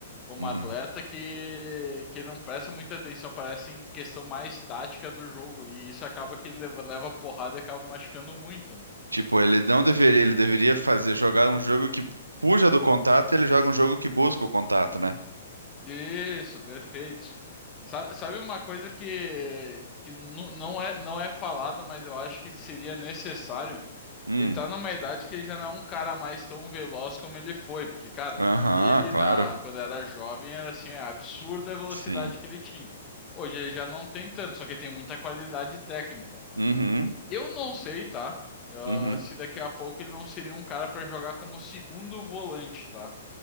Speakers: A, on the left; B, on the right.
A: como
B: Uhum.
A: atleta que, que ele não presta muita atenção, parece em questão mais tática do jogo. E isso acaba que ele leva, leva porrada e acaba machucando muito, né?
B: Tipo, ele não deveria, ele deveria fazer jogar um jogo que fuja do contato, ele joga um jogo que busca o contato, né?
A: Isso, perfeito. Sa- Sabe uma coisa que, que nu- não é, não é falada, mas eu acho que seria necessário?
B: Hum.
A: Ele tá numa idade que ele já não é um cara mais tão veloz como ele foi, porque, cara,
B: Aham,
A: ele
B: claro.
A: na, quando era jovem era assim, é absurda a velocidade
B: Sim.
A: que ele tinha. Hoje ele já não tem tanto, só que tem muita qualidade técnica.
B: Uhum.
A: Eu não sei, tá? Ah,
B: Uhum.
A: se daqui a pouco ele não seria um cara para jogar como segundo volante, tá?